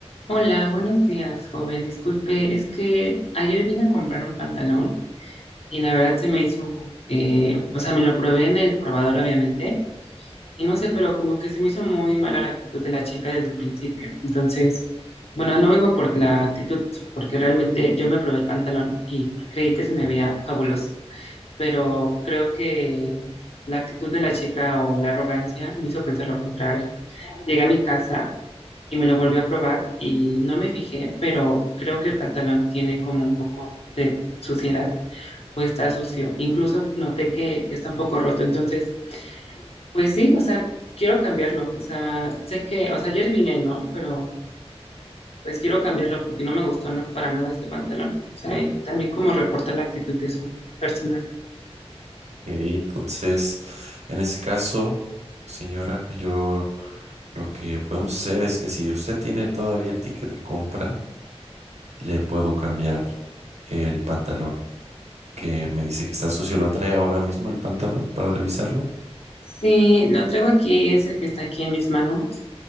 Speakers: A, on the left (about 65°); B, on the right (about 85°).
A: Hola, buenos días, joven. Disculpe, es que ayer vine a comprar un pantalón y la verdad se me hizo como que, o sea, me lo probé en el probador, obviamente, y no
B: Ok,
A: sé, pero como que se me hizo muy mala la actitud de la chica desde el principio. Entonces, bueno, no vengo por la actitud, porque realmente yo me probé el pantalón y creí que se me veía fabuloso, pero creo que la actitud de la chica o la arrogancia me hizo pensar lo contrario. Llegué a mi casa y me lo volví a probar y no me fijé, pero creo que el pantalón tiene como un poco de suciedad o está sucio. Incluso noté que está un poco roto. Entonces, pues sí, o sea, quiero cambiarlo. O sea, sé que, o sea, ayer vine, ¿no? Pero pues quiero cambiarlo porque no me gustó no, para nada este pantalón. O sea, y también como reporta la actitud de su personal.
B: entonces, en ese caso, señora, yo lo que podemos hacer es que si usted tiene todavía el ticket de compra, le puedo cambiar el pantalón, que me dice que está sucio. ¿Lo trae ahora mismo el pantalón para revisarlo?
A: Sí, lo traigo aquí, es el que está aquí en mis manos.